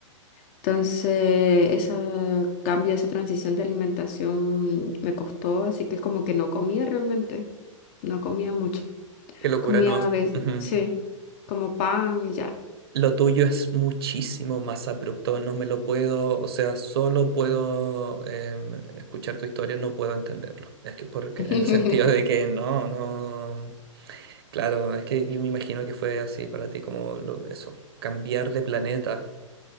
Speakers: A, on the left; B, on the right.
A: Entonces, ese cambio, esa transición de alimentación me costó, así que como que no comía realmente. No comía mucho.
B: Qué locura,
A: Comía
B: no.
A: a veces,
B: Ujú.
A: sí, como pan y ya.
B: Lo tuyo es muchísimo más abrupto. No me lo puedo, o sea, solo puedo em, escuchar tu historia, no puedo entenderlo. Es que porque
A: <laughs>
B: en el sentido de que no, no. Claro, es que yo me imagino que fue así para ti, como lo- eso, cambiar de planeta.